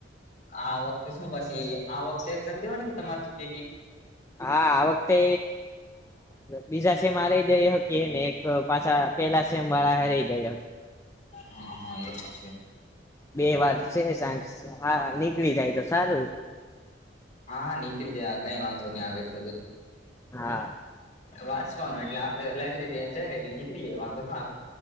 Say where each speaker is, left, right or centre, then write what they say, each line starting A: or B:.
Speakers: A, on the left (about 40°); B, on the left (about 15°).
A: આ વખતે શું પછી આ વખતે એઝામ દેવાની તમારે <unintelligible>
B: હા આ વખતે બીજા છે મારે દકી ને એક પાછા પેલા સેમ વાળા હઈ દે
A: હા હા એવ છે
B: બે વાર છે સાંજ હા નીકળી જાય તો સારું
A: હા નીકળી જાય કઈ વાંધો નહી આવે એટલે બધું
B: હા.
A: વાંવાનું એટલે આપડે લાયબ્રેરી જાય એટલે નીકળી જાય વાંધો ના આવે